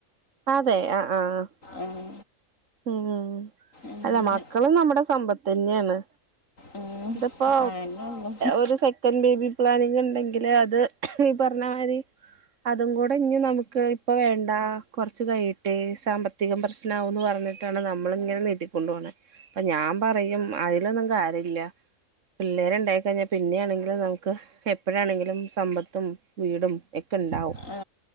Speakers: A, on the right; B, on the left.
A: അതെ ആഹ് ആഹ് ആഹ്
B: ആഹ്.
A: ഉം
B: അങ്ങനെ
A: അല്ല മക്കളും നമ്മുടെ സമ്പത്ത് തന്നെയാണ്.
B: ഉം,
A: ഇതിപ്പോ
B: അതന്നെ ഉള്ളു
A: ഒരു സെ സെക്കന്റ്‌ ബേബി പ്ലാനിങ് ഉണ്ടെങ്കില് അത് ഈ പറഞ്ഞ മാരി. അതും കൂടെ ഇനി നമുക്ക് ഇപ്പ വേണ്ട കുറച്ച് കഴട്ടെ സാമ്പത്തികം പ്രശ്നമാവുന്ന് പറഞ്ഞി ട്ട് ആണ് നമ്മള് ഇങ്ങനെ നീട്ടിക്കൊണ്ട് പോണേ അപ്പൊ ഞാൻ പറയും അയിലൊന്നും കാര്യഇല്ല. പിള്ളേര്ണ്ടായി കഴിഞ്ഞാ പിന്നെയാണെങ്കിലും നമുക്ക്. എപ്പഴാണെങ്കിലും സമ്പത്തും വീടും എക്ക് ഉണ്ടാവും.
B: ആ